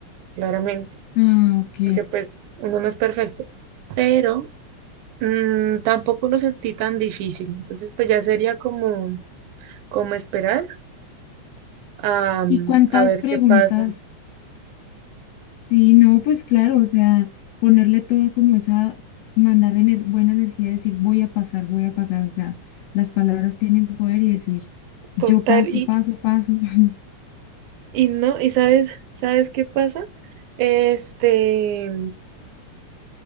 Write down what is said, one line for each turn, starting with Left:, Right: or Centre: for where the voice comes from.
Right: claramente,
Left: ah, ok.
Right: porque pues uno no es perfecto. Pero Mm, tampoco lo sentí tan difícil, entonces pues ya sería como, como esperar a,
Left: ¿Y cuántas
Right: a ver
Left: preguntas?
Right: qué pasa.
Left: Sí, no, pues claro, o sea, ponerle todo como esa, mandar ener- buena energía, decir voy a pasar, voy a pasar, o sea, las palabras tienen poder y decir yo
Right: Total,
Left: paso,
Right: y,
Left: paso, paso. <laughs>
Right: y no, y sabes, ¿sabes qué pasa? Este,